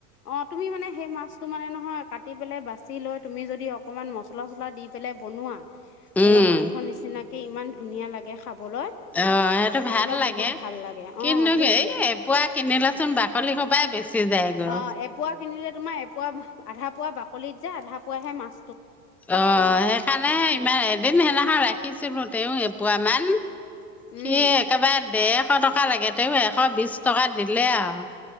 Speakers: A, on the left; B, in the centre.
A: অ', তুমি মানে সেই মাছটো মানে নহয় কাটি পেলাই বাচি বাঁচি লৈ তুমি যদি অকণমান মছলা চছলা দি পেলাই বনোৱা ধৰি
B: উম
A: লওক মাংস নিচিনাকে তাকে ইমান ধুনীয়া লাগে খাবলৈ
B: অ সেইটো
A: খাবলৈ
B: ভাল লাগে
A: বহুত ভাল লাগে অ
B: কিন্তু
A: সেইটোৱে
B: হে এ পোৱা কিনিলেচোন বাকলি সোপাই বেছি যায়। গৈ
A: অ এপোৱা কিনিলে তোমাৰ এ পোৱা আধা পোৱা বাকলিত যায় আধা পোৱাহে মাছ
B: অ সেইকাৰণেহে ইমান এদিন হেদিনাখন <unintelligible> শিকিছিলো তেওঁ এপুৱা মান সি
A: উম
B: একেবাৰে দেৰশ টকা লাগে তেওঁ এশ বিশ টকা দিলে আৰু ।